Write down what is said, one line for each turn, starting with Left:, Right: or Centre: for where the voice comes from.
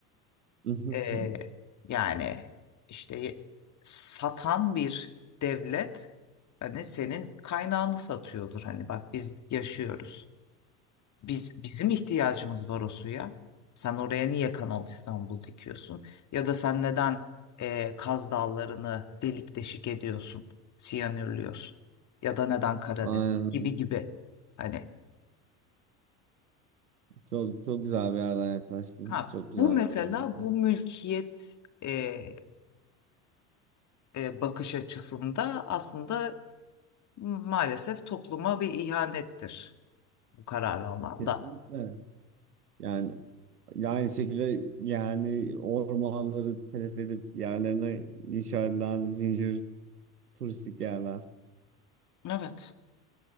Right: <laughs>
Left: e, yani işte satan bir devlet hani senin kaynağını satıyordur. Hani bak biz yaşıyoruz. Biz bizim ihtiyacımız var o suya. Sen oraya niye Kanal İstanbul dikiyorsun? Ya da sen neden e, Kaz Dağları'nı delik deşik ediyorsun, siyanürlüyorsun? Ya da neden Karadeniz
Right: Aynen.
Left: gibi gibi. Hani
Right: Çok çok güzel bir yerden yaklaştın.
Left: ha
Right: Çok
Left: bu
Right: güzel
Left: mesela
Right: bir yerden yaklaştın.
Left: bu mülkiyet e, e, bakış açısında aslında maalesef topluma bir ihanettir bu kararlı olan
Right: Kesinlikle.
Left: da.
Right: Yani aynı şekilde yani ormanları telef edip yerlerine inşa edilen zincir turistik yerler.
Left: Evet.